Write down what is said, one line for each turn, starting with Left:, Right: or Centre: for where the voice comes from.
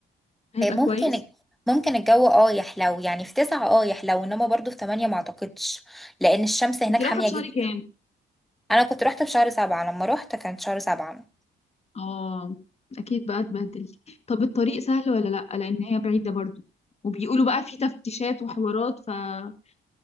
Left: هيبقى
Centre: آه، ممكن
Left: كويس
Centre: ممكن الجو اه يحلو يعني في تسعة اه يحلو انما برضو في تمانية ما اعتقدش لان الشمس هناك
Left: كنت رايحة
Centre: حامية
Left: في شهر
Centre: جدا
Left: كام
Centre: انا كنت روحت في شهر سبعة لما روحت كانت شهر سبعة
Left: اه اكيد بقى اتبهدلت طب الطريق سهل ولا لا لان هي بعيدة برضو وبيقولوا بقى في تفتيشات وحوارات فانتي